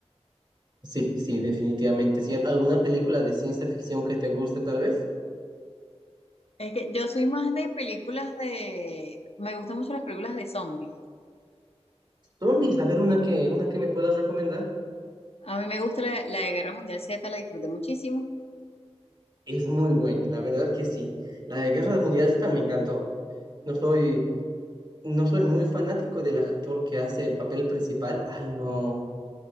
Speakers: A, on the right; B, on the left.
A: Sí, sí, definitivamente. Sí, ¿alguna película de ciencia ficción que te guste, tal vez?
B: Es que yo soy más de películas de... Me gustan mucho las películas de zombies.
A: Zombies, a ver, una que, una que me puedas recomendar.
B: A mí me gusta la, la de Guerra Mundial Z, la disfruté muchísimo.
A: Es muy buena, la verdad que sí. La de Guerra Mundial Z me encantó. No soy, no soy muy fanático del actor que hace el papel principal. Ay, no,